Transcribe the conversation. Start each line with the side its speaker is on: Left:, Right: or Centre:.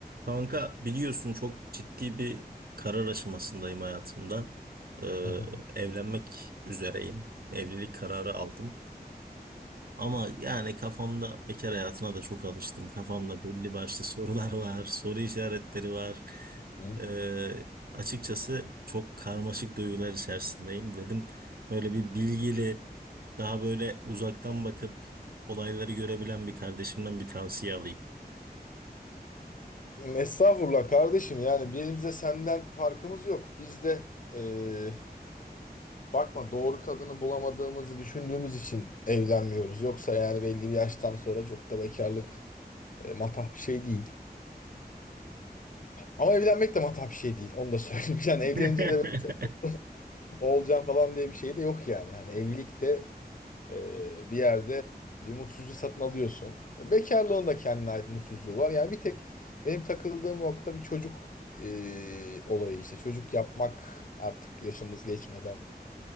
Right: Kanka biliyorsun çok ciddi bir karar aşamasındayım hayatımda. Ee,
Left: Hı hı.
Right: evlenmek üzereyim. Evlilik kararı aldım. Ama yani kafamda bekar hayatına da çok alıştım. Kafamda belli başlı <laughs> sorular var, soru işaretleri var.
Left: Hı.
Right: Ee, açıkçası çok karmaşık duygular içerisindeyim dedim. Böyle bir bilgili, daha böyle uzaktan bakıp olayları görebilen bir kardeşimden bir tavsiye alayım.
Left: Estağfurullah kardeşim yani bizim de senden farkımız yok. Biz de eee, bakma doğru kadını bulamadığımızı düşündüğümüz için evlenmiyoruz. Yoksa yani belli bir yaştan sonra çok da bekarlık e, matah bir şey değil. Ama evlenmek de matah bir şey değil. Onu da söyleyeyim. <laughs> Yani
Right: <laughs>
Left: evlenince de böyle çok olacağım falan diye bir şey de yok yani. Hani evlilik de Ee, bir yerde bir mutsuzluk satın alıyorsun. Bekarlığın da kendine ait mutsuzluğu var. Yani bir tek benim takıldığım nokta bir çocuk ee, olayı işte. Çocuk yapmak artık yaşımız geçmeden